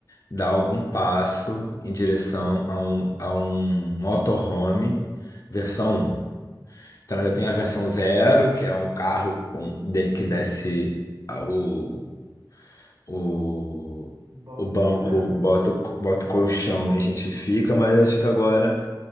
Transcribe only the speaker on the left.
dar algum passo em direção a um, a um motorhome versão um Então
já tem a versão zero que é um carro com- de- que desce a- o, o,
o banco,
bota, o co- bota o colchão e a gente fica, mas acho que agora